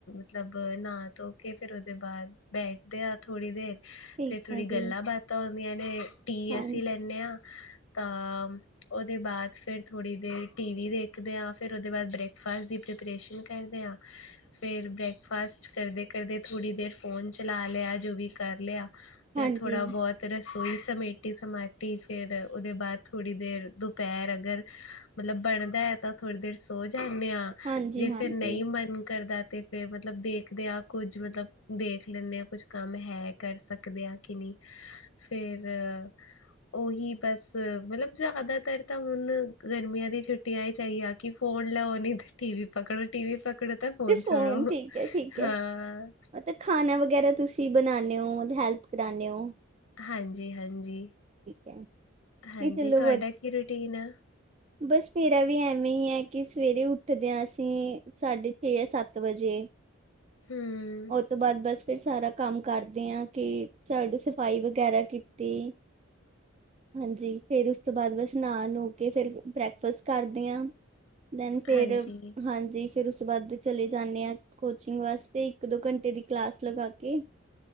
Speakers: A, on the left; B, on the right.
A: ਮਤਲਬ ਨਾ ਧੋ ਕੇ ਫਿਰ ਉਹਦੇ ਬਾਅਦ ਬੈਠਦੇ ਆ ਥੋੜ੍ਹੀ ਦੇਰ
B: ਠੀਕ
A: ਫੇਰ ਥੋੜ੍ਹੀ
B: ਹੈ
A: ਗੱਲਾਂ
B: ਜੀ
A: ਬਾਤ ਤਾਂ ਹੁੰਦੀਆਂ ਨੇ ਟੀ
B: ਹਾਂ
A: ਅਸੀਂ ਲੈਂਦੇ ਆਂ ਤਾਂ ਉਹਦੇ ਬਾਅਦ ਫੇਰ ਥੋੜੀ ਦੇਰ ਟੀ ਵੀ ਦੇਖਦੇ ਆਂ ਫੇਰ ਉਹਦੇ ਬਾਅਦ ਬ੍ਰੇਕਫਾਸਟ ਦੀ ਪ੍ਰੀਪਰੇਸ਼ਨ ਕਰਦੇ ਆਂ ਫਿਰ ਬ੍ਰੇਕ ਫਾਸਟ ਕਰਦੇ-ਕਰਦੇ, ਥੋੜ੍ਹੀ ਦੇਰ ਫੋਨ ਚਲਾ ਲਿਆ ਜੋ ਵੀ ਕਰ ਲਿਆ ਫਿਰ
B: ਹਾਂਜੀ
A: ਥੋੜ੍ਹਾ ਬੋਤ ਰਸੋਈ ਸਮੇਟੀ ਸਮਾਟੀ ਫਿਰ ਉਹਦੇ ਬਾਅਦ ਥੋੜ੍ਹੀ ਦੇਰ ਦੁਪਹਿਰ ਅਗਰ ਮਤਲਬ ਬਣਦਾ ਐ ਤਾਂ ਥੋੜ੍ਹੀ ਦੇਰ ਸੋ ਜਾਂਣੇ ਆਂ।
B: ਹਾਂਜੀ
A: ਜੇ
B: ਹਾਂਜੀ
A: ਫੇਰ ਨਈਂ ਮਨ ਕਰਦਾ ਤੇ ਫੇਰ ਮਤਲਬ ਮਤਲਬ ਦੇਖਦੇ ਆ ਕੁੱਝ ਮਤਲਬ ਦੇਖ ਲੈਂਣੇ ਆਂ ਕੁੱਝ ਕੰਮ ਹੈ ਕਰ ਸਕਦੇ ਹਾਂ ਕਿ ਨ੍ਹੀਂ। ਫੇਰ ਉਹੀ ਬਸ ਮਤਲਬ ਜ਼ਿਆਦਾਤਰ ਤਾਂ ਹੁਣ ਗਰਮੀਆਂ ਦੀ ਛੁੱਟੀਆਂ ਈ ਚਾਹੀ ਆ ਕਿ ਫੋਨ ਲਾਓ ਨੀ ਤੇ ਟੀ ਵੀ ਪਕੜੋ, ਟੀ ਵੀ ਪਕੜੋ ਤਾਂ ਫੋਨ
B: ਤੇ
A: ਛੋੜੋ।
B: ਠੀਕ ਠੀਕ
A: ਹਾਂ
B: ਐ, ਮਤਲਬ ਖਾਣਾ ਵਗੈਰਾ ਤੁਸੀਂ ਬਣਾਣੇ ਓਂ ਹੈਲਪ ਕਰਾਣੇ ਓਂ।
A: ਹਾਂਜੀ, ਹਾਂਜੀ,
B: ਹੈ
A: ਹਾਂਜੀ,
B: ਨਹੀਂ ਚਲੋ
A: ਤੁਹਾਡਾ
B: ਵਧ
A: ਕੀ ਰੂਟੀਨ ਆ।
B: ਬਸ, ਮੇਰਾ ਵੀ ਐਵੇ ਹੀ ਹੈ, ਕਿ ਸਵੇਰੇ ਉੱਠਦੇ ਹਾਂ ਅਸੀਂ। ਸਾਢੇ ਛੇ, ਸੱਤ ਵਜੇ,
A: ਹਮ
B: ਉਹ ਤੋਂ ਬਾਅਦ ਬਸ ਫਿਰ ਸਾਰਾ ਕੰਮ ਕਰਦੇ ਆ, ਕਿ ਝਾੜੂ ਸਫ਼ਾਈ ਵਗੈਰਾ ਕੀਤੀ। ਹਾਂਜੀ, ਫੇਰ ਉਸ ਤੋਂ ਬਾਅਦ, ਬਸ ਨਹਾ ਨੂ ਕੇ ਫੇਿਰ ਬ੍ਰੈਕਫਸਟ ਕਰਦੇ ਆ। ਦੈਨ, ਫੇਰ
A: ਹਾਂਜੀ
B: ਹਾਂਜੀ। ਫਿਰ ਉਸ ਤੋਂ ਬਾਅਦ ਚਲੇ ਜਾਂਦੇ ਹਾਂ, ਕੋਚਿੰਗ ਵਾਸਤੇ ਇੱਕ ਦੋ ਘੰਟੇ ਦੀ ਕਲਾਸ ਲਗਾ ਕੇ।